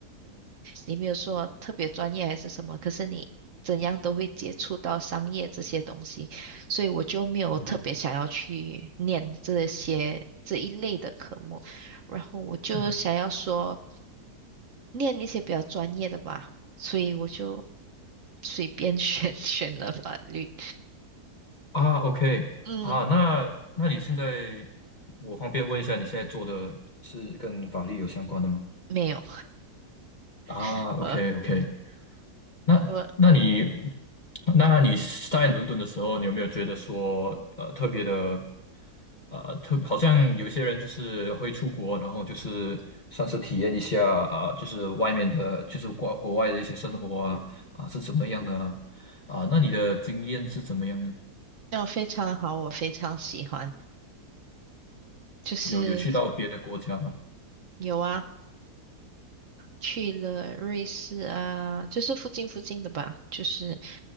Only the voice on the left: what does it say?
嗯哼，
嗯哼，
啊，OK，
啊，那那你现在，我方便问一下，你现在做的是跟法律有相关的吗？
啊，OK，OK，
那那你
那你在伦敦的时候，你有没有觉得说，呃，特别的，呃，特好像有一些人就是会出国，然后就是算是体验一下，呃就是外面的，就是国国外的一些生活啊，啊，是怎么样的啊？啊，那你的经验是怎么样呢？
有有去到别的国家吗？